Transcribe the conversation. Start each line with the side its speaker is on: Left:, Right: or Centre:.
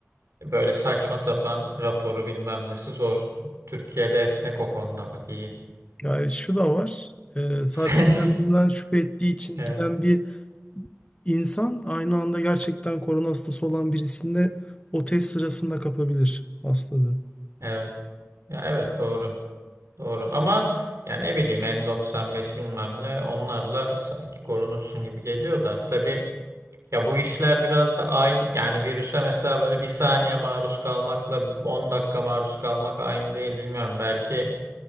Right: Böyle saçma sapan raporu bilmem nesi zor. Türkiye'de esnek o konuda bak iyi. <laughs>
Left: Yani şu da var. e, sadece
Right: Sen
Left: kendinden şüphe ettiği için
Right: evet
Left: giden bir İnsan aynı anda gerçekten korona hastası olan birisinde o test sırasında kapabilir hastalığı.
Right: evet ya evet doğru doğru ama yani ne bileyim N95 bilmem ne onlarla sanki korunursun gibi geliyor da tabii ya bu işler biraz da aynı yani virüse mesela böyle bir saniye maruz kalmakla 10 dakika maruz kalmak aynı değil bilmiyorum belki